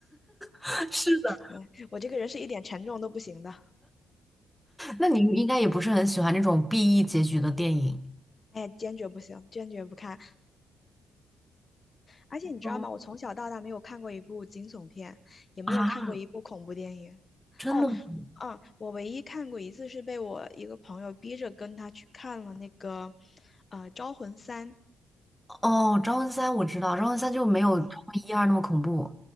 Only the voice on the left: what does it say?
对，我这个人是一点沉重都不行的，
哎呀，坚决不行，坚决不看。而且你知道吗？
我从小到大没有看过一部惊悚片，也没有看过一部恐怖电影。
哦，
嗯，我唯一看过一次是被我一个朋友逼着跟他去看了那个，呃，《招魂三》。
嗯